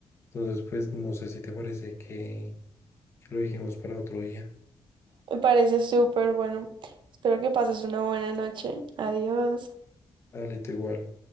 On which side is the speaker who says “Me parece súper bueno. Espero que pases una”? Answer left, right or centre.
Right